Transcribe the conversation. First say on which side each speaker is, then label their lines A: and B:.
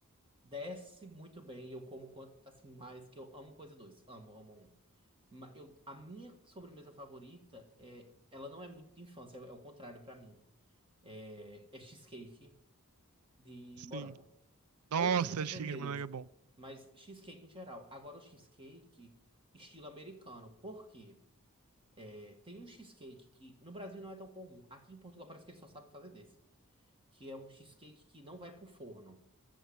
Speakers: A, on the right; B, on the right.
A: Desce muito bem, eu como quanto, assim, mais, que eu amo coisa doce. Amo, amo. amo. Ma- Eu, a minha sobremesa favorita é, ela não é muito de infância, é, é o contrário pra mim. É, é cheesecake de morango
B: Sim. Nossa,
A: ou de frutas
B: cheesecake
A: vermelhas,
B: de morango é bom.
A: mas cheesecake em geral. Agora o cheesecake estilo americano. Por quê? É, tem um cheesecake que no Brasil não é tão comum. Aqui em Portugal parece que eles só sabem fazer desse, que é um cheesecake que não vai pro forno.